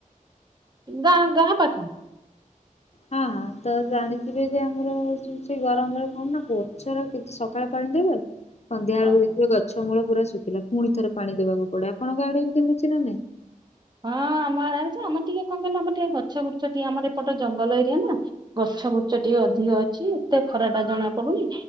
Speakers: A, on the right (about 30°); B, on the left (about 50°).
A: ଗାଁ ଗାଁ ପାଖ।
B: ହଁ ହଁ ତ ଜାଣିଥିବେ ଯେ ଆମର ଯୋଉ ସେ ଗରମରେ କଣ ନା ଗଛର କି ସକାଳେ ପାଣି ଦେଇବେ ସନ୍ଧ୍ୟାବଳକୁ
A: ଓହୋ।
B: ଦେଖୀବେ ଗଛମୂଳ ପୁରା ଶୁଖିଲା ପୁଣିଥରେ ପାଣି ଦେବାକୁ ପଡେ ଆପଣ ଆଡେ ଏମିତି ହଉଛି ନା ନାଇଁ।
A: ହଁ ଆମଆଡେ ରେଜେ ଆମର ଟିକେ କଣ କହିଲ ଆମର ଟିଏ ଗଛ ଫଛ ଟିଏ ଆମର ଏପଟେ ଜଙ୍ଗଲ ଏରିଆନା ଗଛ ବ୍ରୁଛ ଟିକେ ଅଧିକ ଅଛି ଏତେ ଖରାଟା ଜଣା ପଡୁନି।